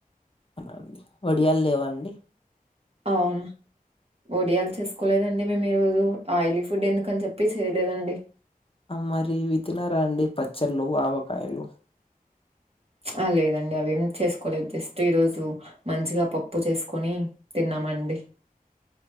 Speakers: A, on the left; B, on the right.
A: అవుండి వడియాలు లేవా అండి
B: అవును ఒడియాలు చేసుకోలేదండి మేము ఈరోజు ఆయిలీ ఫుడ్ ఎందుకుని చెప్పి చేయలేదండి
A: మరి ఇవి త్తినరాండి పచ్చళ్ళు ఆవకాయలు
B: ఆ లేదండి అవి ఏం చేసుకోలేదు జస్ట్ ఈ రోజు మంచిగా పప్పు చేసుకొని తిన్నా మండి